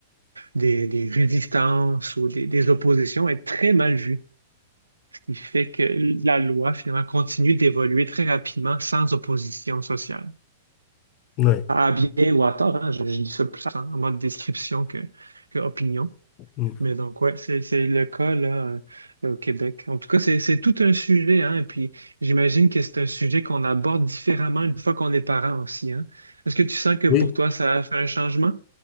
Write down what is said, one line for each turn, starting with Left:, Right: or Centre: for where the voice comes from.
Right: des, des résistances ou des, des oppositions est très mal vu qui fait que la loi, finalement, continue d'évoluer très rapidement sans opposition sociale.
Left: Ouais.
Right: À bien ou à tort, hein, je, je dis ça plus en, en mode description que, que opinion.
Left: Mm.
Right: Mais donc, ouais, c'est, c'est le cas là, euh, au Québec. En tout cas, c'est, c'est tout un sujet, hein, et puis j'imagine que c'est un sujet qu'on aborde différemment une fois qu'on est parent aussi, hein. Est-ce que tu sens que pour
Left: Oui.
Right: toi, ça a fait un changement?